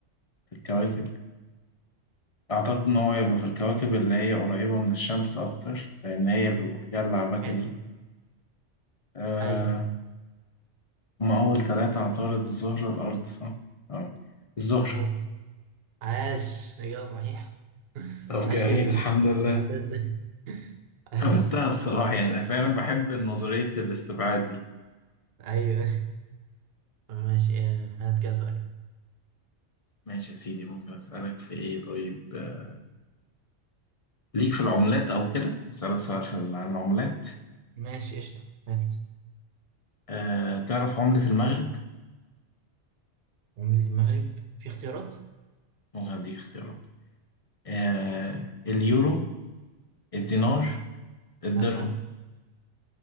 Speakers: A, on the left (about 40°); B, on the right (about 60°).
A: في الكواكب أعتقد إن هو يبقى في الكواكب اللي هي قريبة من الشمس أكتر لأن هي بيبقى فيها اللعبكة
B: حلو
A: دي أه
B: ايوه
A: هما أول تلاتة عطارد الزهرة الأرض صح؟ أه. الزهرة
B: مظبوط عاش اجابه صحيحه <laughs>
A: طب
B: عاش
A: جميل
B: جدا
A: الحمد لله
B: عرفتها ازاي عاش
A: عملتها الصراحة يعني أنا فعلا بحب نظرية الاستبعاد دي
B: ايوه ماشي آه، هات كده سؤال
A: ماشي يا سيدي ممكن أسألك في إيه طيب آه، ليك في العملات أو كده أسألك سؤال في ال- عن العملات
B: ماشي قشطه هات
A: أه تعرف عملة المغرب؟
B: عمله المغرب في اختيارات
A: ممكن أديك اختيارات أه اليورو الدينار الدرهم
B: لا